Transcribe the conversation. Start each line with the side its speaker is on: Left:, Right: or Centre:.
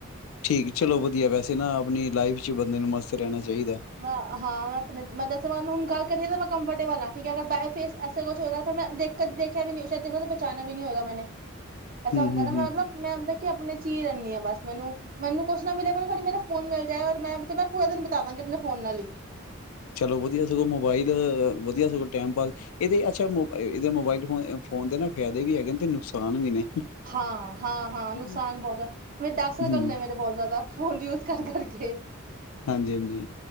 Left: ਠੀਕ, ਚਲੋ ਵਧੀਆ ਵੈਸੇ ਨਾ ਆਪਣੀ ਲਾਈਫ ਚ, ਬੰਦੇ ਨੂੰ ਮਸਤ ਰਹਿਣਾ ਚਾਹੀਦਾ।
Right: ਮੈਂ ਹਾਂ ਮੈਂ ਆਪਣੇ ਚ, ਦੱਸ ਨੂੰ ਹੁਣ ਗੱਲ ਕਰੀਏ ਤਾਂ ਮੈਂ, ਕੰਫਰਟੇਬਲ ਹਾ ਠੀਕ ਆ ਮੈਂ ਪਹੇ ਫੇਸ ਐਸਾ ਕੁੱਛ ਹੋਏਗਾ, ਮੈਂ ਦੇਖ ਕ ਦੇਖਿਆ ਵੀ ਨਈ ਸ਼ਾਇਦ, ਪਹਚਾਣਿਆ ਵੀ ਨਹੀਂ ਹੋਏਗਾ ਮੈਂ ਨੇ।
Left: ਹੂੰ
Right: ਐਸਾ ਹੁੰਦਾ
Left: ਹੂੰ
Right: ਨਾ, ਮੈਂ
Left: ਹੂੰ
Right: ਮਤਲੱਬ
Left: ਹੂੰ।
Right: ਮੈਂ ਆਪਣੇ ਚੀ ਹੀ ਰਹਿੰਨੀਂ ਹਾਂ ਬਸ ਮੈਨੂੰ ਮੈਨੂੰ ਕੁੱਛ ਨਾ ਮਿਲੇ, ਮੈਨੂੰ ਮੇਰਾ ਖਾਲੀ ਫੋਨ ਮਿਲ ਜਾਏ, ਔਰ ਮੈਂ ਪੂਰਾ ਦਿਨ ਬਤਾਂਗੀ ਆਪਣੇ, ਫੋਨ ਨਾਲ ਹੀ।
Left: ਚਲੋ ਵਧੀਆ, ਸਗੋਂ ਮੋਬਾਈਲ ਵਧੀਆ ਸਗੋਂ ਟੈਮ ਪਾਸ, ਇਹਦੇ ਅੱਛਾ ਇਹਦੇ ਮੋਬਾਈਲ, ਫੋਨ -ਫੋਨ ਦੇ ਨਾ ਫਾਇਦੇ ਵੀ ਹੈਗੇ, ਨੇ ਤੇ ਨੁਕਸਾਨ ਵੀ ਨੇ।
Right: ਹਾਂ, ਹਾਂ, ਹਾਂ, ਨੁਕਸਾਨ
Left: ਹੂੰ
Right: ਬਹੁਤ ਆ। ਮੇਂ ਦਸ
Left: ਹੂੰ
Right: ਘਲੇ ਮੇਰੇ ਫੋਨ ਬਹੁਤ ਜ਼ਿਆਦਾ, ਫੋਨ ਯੂਜ ਕਰ-ਕਰ ਕੇ
Left: ਹਾਂਜੀ -ਹਾਂਜੀ